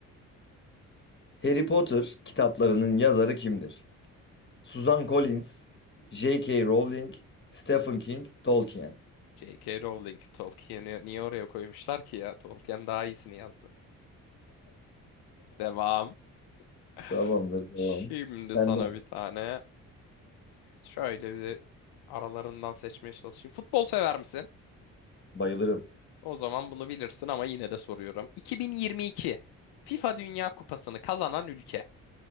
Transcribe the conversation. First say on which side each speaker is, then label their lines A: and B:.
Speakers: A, on the left; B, on the left.
A: Harry Potter kitaplarının yazarı kimdir? Suzan Collins, J.K. Rowling, Stephen King, Tolkien.
B: J.K. Rowling Tolkien'i niye oraya koymuşlar ki ya? Tolkien daha iyisini yazdı. Devam. <laughs>
A: Tamamdır, devam.
B: Şimdi
A: Ben
B: sana
A: de.
B: bir tane şöyle bir aralarından seçmeye çalışayım. Futbol sever misin?
A: Bayılırım.
B: O zaman bunu bilirsin ama yine de soruyorum. 2022 FIFA Dünya Kupası'nı kazanan ülke.